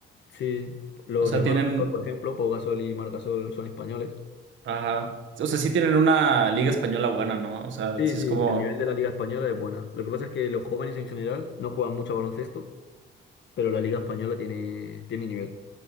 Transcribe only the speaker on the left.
Sí, los
hermanos
Gasol, por ejemplo, Pau Gasol y Marc Gasol son españoles.
Sí,
sí,
el nivel de la Liga Española es buena. Lo que pasa es que los jóvenes en general no juegan mucho a baloncesto, pero la Liga Española tiene, tiene nivel.